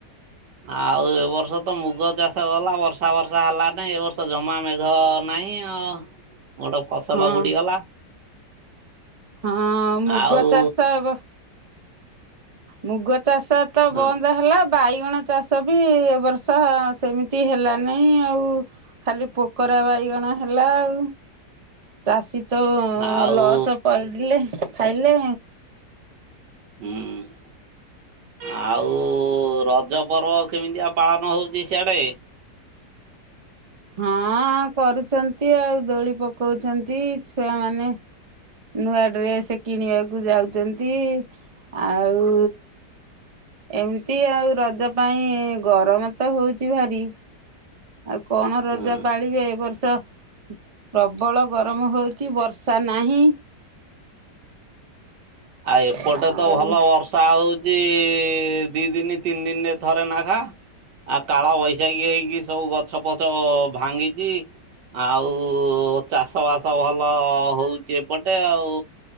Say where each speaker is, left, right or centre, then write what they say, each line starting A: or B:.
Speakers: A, on the right (about 80°); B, on the right (about 50°).
A: ଆଉ ଏ ବର୍ଷ ତ ମୁଗ ଚାଷ ଗଲା ବର୍ଷା ଫର୍ଷା ହେଲା ନି ଏ ବର୍ଷ ଜମା ମେଘ ନାହିଁ। ହଁ ଗୋଟେ ଫସଲ
B: ହଁ
A: ବୁଡିଗଲା।
B: ହଁ ମୁଗ
A: ଆଉ
B: ଚାଷ ବ ମୁଗ ଚାଷ ତ
A: ହଁ
B: ବନ୍ଦ ହେଲା ବାଇଗଣ ଚାଷ ବି ଏବ ବର୍ଷ ସେମିତି ହେଲାନାହିଁ ଆଉ ଖାଲି ପୋକରା ବାଇଗଣ ହେଲା ଆଉ। ଚାଷୀ ତ
A: ଆଉ
B: ଲସ ପଇଡିଲେ ଖାଇଲେ।
A: ହୁଁ ଆଉ ରଜ ପର୍ବ କେମିତିଆ ପାଳନ ହେଉଚି ସିଆଡେ?
B: ହଁ କରୁଚନ୍ତି ଆଉ ଦୋଳି ପକଉଚନ୍ତି ଛୁଆମାନେ। ନୂଆ ଡ୍ରେସ କିଣିବାକୁ ଯାଉଛନ୍ତି। ଆଉ ଏମିତି ଆଉ ରଜ ପାଇଁ ଗରମ ତ ହଉଛି ଭାରି। ଆଉ କଣ ରଜ
A: ହୁଁ।
B: ପାଳିବେ ଏ ବର୍ଷ। ପ୍ରବଳ ଗରମ ହଉଚି ବର୍ଷା ନାହିଁ।
A: ଆଉ ଏପଟେ
B: ଆଉ
A: ତ ଭଲ ବର୍ଷା ହଉଚି ଦି ଦିନି ତିନି ଦିନରେ ଥରେ ନେଖା। ଆଉ କାଳ ବୈଶାଖୀ ହେଇକି ସବୁ ଗ ଛ ପଛ ଭାଙ୍ଗିଚି ଆଉ ଚାଷ ବାସ ଭଲ ହଉଚି ଏପଟେ ଆଉ।